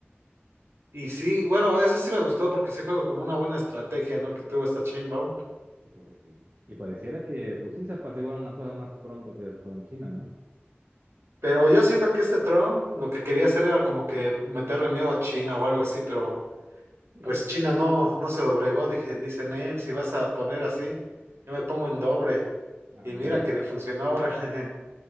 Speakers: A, on the right; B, on the right.
A: Y sí,
B: Sí.
A: bueno, eso sí me gustó porque sí fue como una buena estrategia, ¿no? Que tuvo esta Chainbound.
B: Pues sí. Y pareciera que, pues sí, se apaciguaron las cosas más pronto que con China, ¿no?
A: Pero yo siento que este Trump lo que quería hacer era como que meterle miedo a China o algo así, pero
B: Sí.
A: pues China no, no se doblegó, dije, dice Nen, si vas a poner así, yo me pongo en doble.
B: Ándale.
A: Y mira que le funcionó ahora. <laughs>